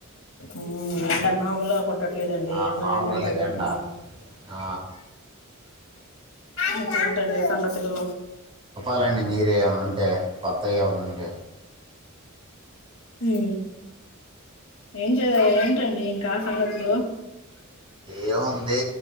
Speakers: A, on the left; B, on the right.
A: ఉ ఎండమాముల. కొట్టట్లేదండి
B: ఆ,
A: ఎంగ
B: మామూలుగా
A: వెండ తెగ
B: లేదు ఎండ
A: ఉంది.
B: ఆ,
A: ఇంకేంటండి సంగతులు.
B: చెప్పండి మీరే ఎం ఉంటే. కొత్తయి ఎవన ఉంటె.
A: ఉం ఏంజెయ్య ఏంటండి ఇంకా సంగతులు.
B: ఏముంది